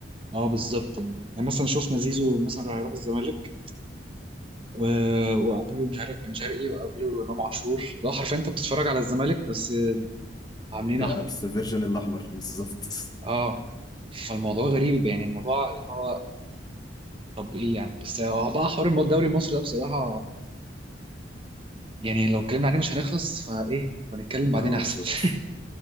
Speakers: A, on the right; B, on the left.
A: اه بالظبط يعني يعني مثلا شفنا زيزو مثلا راح يروح الزمالك و... وقبله مش عارف بن شرقي وقبله امام عاشور لو حرفيا انت بتتفرج على الزمالك بس عاملين
B: <laughs>
A: احمر
B: بس الفيرجن الاحمر بالظبط
A: اه فالموضوع غريب يعني الموضوع اللي هو طب ايه يعني بس هو بقى حوار الم- الدوري المصري ده بصراحه يعني لو اتكلمنا عليه مش هنخلص فايه هنتكلم بعدين
B: اه
A: احسن
B: بالظبط